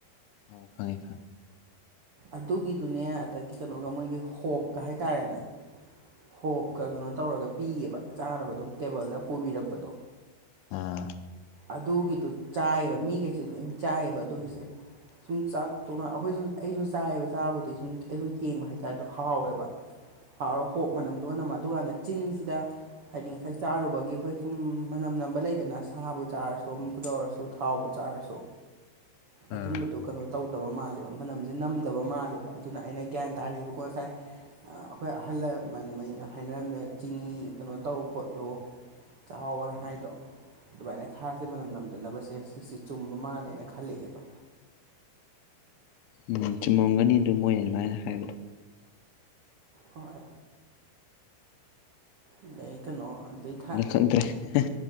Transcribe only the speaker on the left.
ꯑꯧ ꯈꯪꯉꯦ ꯈꯪꯉꯦ
ꯑꯥ
ꯑꯥ
ꯎꯝ ꯆꯨꯝꯃꯝꯒꯅꯤ ꯗꯨ ꯃꯣꯏꯅ ꯑꯗꯨꯃꯥꯏꯟ ꯍꯥꯏꯕꯗꯣ
ꯈꯪꯇꯦ ꯍꯦ